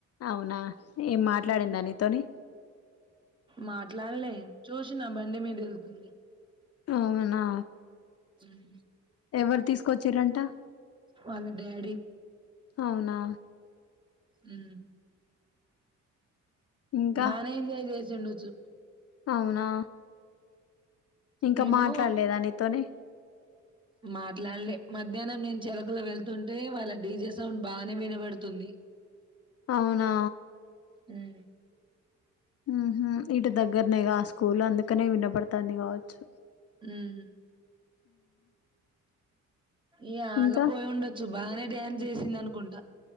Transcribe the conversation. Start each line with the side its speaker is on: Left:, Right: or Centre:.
Left: అవునా ఏం మాట్లాడిందా
Right: మ్మ్
Left: నీతోని
Right: మాట్లాడలే చూసిన బండి మీద వెళ్తుంది
Left: అవునా
Right: మ్మ్
Left: ఎవరు తీసుకొచ్చిరంట
Right: వాళ్ళ డాడీ
Left: అవునా
Right: మ్మ్
Left: ఇంకా
Right: బానే ఎంజాయ్ చేస్ జున్నుచు
Left: అవునా ఇంకా
Right: నేను
Left: మాట్లాడలేదా నీతోని
Right: మాట్లాడలే మధ్యాహ్నం నేను చెలకలో వెళ్తుంటే వాళ్ళ డీ జే సౌండ్ బానే వినబడుతుంది
Left: అవునా
Right: మ్మ్
Left: హ్మ్ హు ఇటు దగ్గరనే కా స్కూల్ అందుకనే వినబడతాంది కావచ్చు
Right: హ్మ్ ఈయ
Left: ఇంకా
Right: ఆగా పోయ ఉండచ్చు బా బానే డ్యాన్స్ చేసింది అనుకుంటా